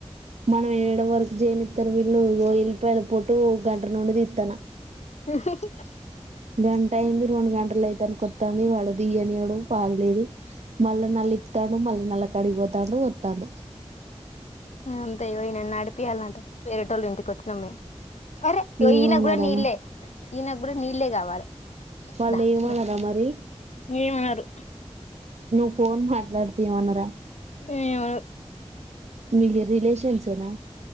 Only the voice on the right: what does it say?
మనం వయడం వరకు చేనిస్తారు వీళ్ళు ఉల్లిపాయల పటు గంట నుండిది ఇకానా
గంట అయింది రెండు గంటలు అయితను కొత్తాంది వాడదియ్యనివ్వడు పాలులేదు మళ్ళ నల్ ప్తాడు మల్ళ నల కడిగిపోతాండు వత్తాండు
ఏమనాలే
మరి
వాళ్ళు
ఏమనరా
మరి
నువ్ ఫోన్ మాట్లాడితే ఏం అనరా
మీ రిలేషన్సేనా